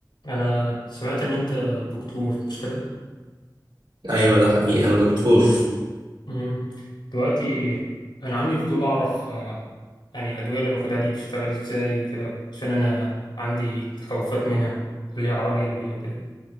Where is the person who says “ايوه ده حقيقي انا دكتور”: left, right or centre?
Right